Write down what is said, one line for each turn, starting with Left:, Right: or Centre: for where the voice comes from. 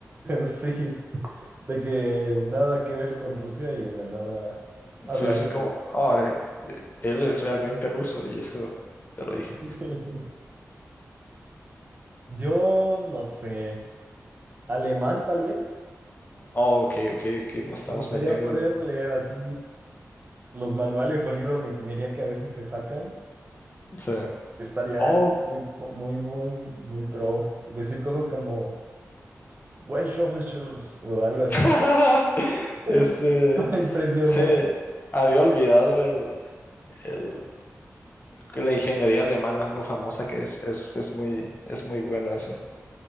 Right: Sí, de que nada que ver con Rusia y de la nada hablando
Left: Sí, sí, como,
Right: ruso.
Left: oh, eh, él es realmente ruso y eso te lo dije.
Right: <laughs> Yo no sé, alemán tal vez.
Left: Oh, ok, ok, ok, nos estamos
Right: Me gustaría
Left: metiendo
Right: poder
Left: en... O
Right: leer así los manuales o libros de ingeniería que a veces se sacan.
Left: sea,
Right: Estaría
Left: oh,
Right: estaría muy, po- muy, muy, muy pro. Y decir cosas como, "Well, shows, shows", o algo así.
Left: <laughs> este,
Right: <laughs> A Impresionar.
Left: sí, había olvidado el, el, que la ingeniería alemana, lo famosa que es, es, es muy, es muy bueno eso.